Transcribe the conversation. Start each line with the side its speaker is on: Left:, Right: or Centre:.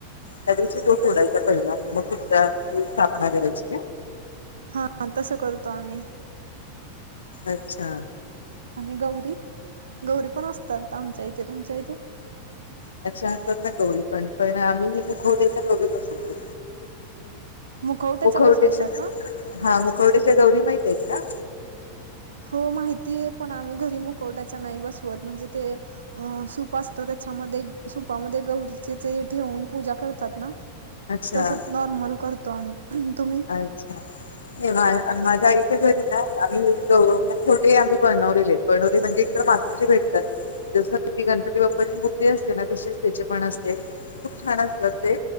Left: त्या दिवशी तो सोडायचा पहिला, मग दुसरा तेजी स्थापना करायची काय?
Right: हा तसं करतो आम्ही.
Left: अच्छा.
Right: आणि गौरी, गौरी पण असतात आमच्या इथे तुमच्या इथे?
Left: अच्छा, आणतात ना गौरी पण, पण आम्ही मुखवटेच्या गौरी बसवतो.
Right: मुखवट्याच्या
Left: मुखवट्याचे
Right: बसवता का?
Left: हा मुखवट्याच्या गौरी माहित आहेत ना?
Right: हो माहितीय पण आम्ही घरी मुकवट्याच्या नाही बसवत म्हणजे ते अं सूप असत त्याच्यामध्ये सुपामध्ये गौरीचच हे ठेवून पूजा करतात ना,
Left: अच्छा
Right: तस नॉर्मल करतो आम्ही. तुम्ही?
Left: अच्छा, माझ्या आईच्या घरी ना आम्ही <unintelligible> ते आम्ही बनवलेले आहेत बनवलेले म्हणजे एक तर मातीची भेटतात जसं ती गणपती बाप्पाची मूर्ती असते ना तशीच. त्याचे पण असते खूप छान असतात ते